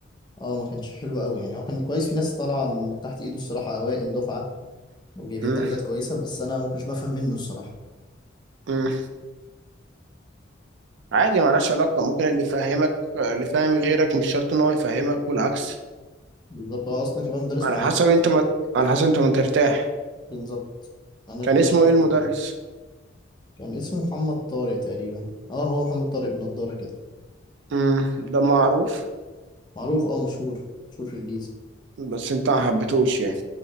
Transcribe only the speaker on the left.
اه ما كانش حلو قوي يعني هو كان كويس في ناس طالعه من تحت ايده الصراحه اوائل دفعه وجايبين
درجات كويسه بس انا ما كنتش بفهم منه الصراحه
بالظبط هو اصلا كمان مدرس
معروف
بالظبط انا
كنت
شايف
كده كان اسمه محمد طارق تقريبا اه هو محمد طارق بنضاره كده
معروف اه مشهور مشهور في الجيزه